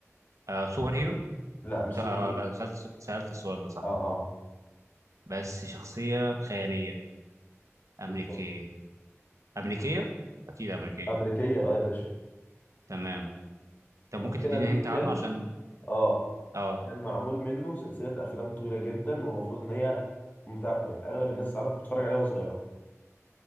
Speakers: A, on the right; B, on the left.
A: آه سوبر هيرو
B: لا مش
A: ده-
B: سوبر
A: آه
B: هيرو
A: لا سألت سألت السؤال ده صح
B: اه اه
A: بس شخصيه خياليه امريكيه
B: بالظبط
A: امريكيه اكيد امريكيه
B: أمريكية أه يا باشا
A: تمام طب ممكن
B: ممكن
A: تديني
B: أديك
A: هنت عنه
B: هند
A: عشان
B: أه
A: اه
B: كان معمول منه سلسلة أفلام طويلة جدا والمفروض إن هي متع... أغلب الناس تعرف بتتفرج عليها وهي صغيرة